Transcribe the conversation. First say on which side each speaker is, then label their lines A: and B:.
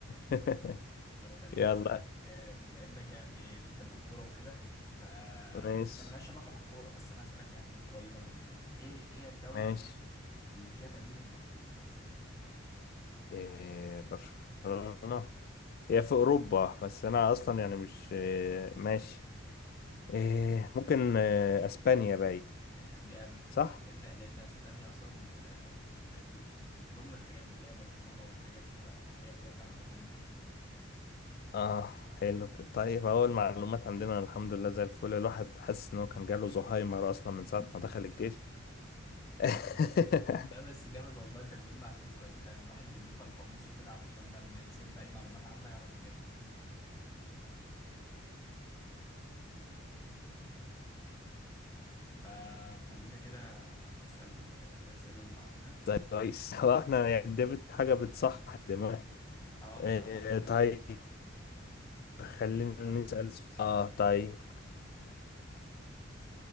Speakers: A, on the left (about 50°); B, on the left (about 15°).
A: <laughs>
B: طب خليني
A: يلا
B: اسالك آه، بما انك يعني بتحب الكوره وكده ف هي
A: ماشي
B: ملهاش علاقه بالكوره بس انا هسالك يعني قريبه منها يعني ايه ايه هي الدوله
A: ماشي
B: اللي فيها مدينه برشلونه
A: إيه، برشلونة هي في أوروبا بس أنا أصلا يعني مش إيه، ماشي إيه، ممكن إيه، أسبانيا باي
B: جامد
A: صح؟
B: لان لان اسبانيا اصلا آه، بت... بت... بتضم الحاجات دي اللي هي برشلونه والحاجات دي فهي فيها فعلا مدينه برشلونه
A: آه حلو كده. طيب أول معلومات عندنا الحمد لله زي الفل الواحد حاسس إنه كان جاله زهايمر أصلا
B: <laughs>
A: من ساعة ما دخل الجيش <laughs>
B: لا بس جامد والله انت بتقول معلومات كويسة يعني الواحد بيضيفها لقاموسه كده علشان لما يتسأل في أي معلومات عامة يعرف يجاوب فخلينا كده نسأل الأسئلة اللي بعدها
A: طيب كويس هو احنا يعني ديفيد حاجة بتصح دماغي
B: اه
A: إيه،
B: بصراحة بتروق
A: طيب
B: كده
A: خلينا نسأل سؤال. اه طيب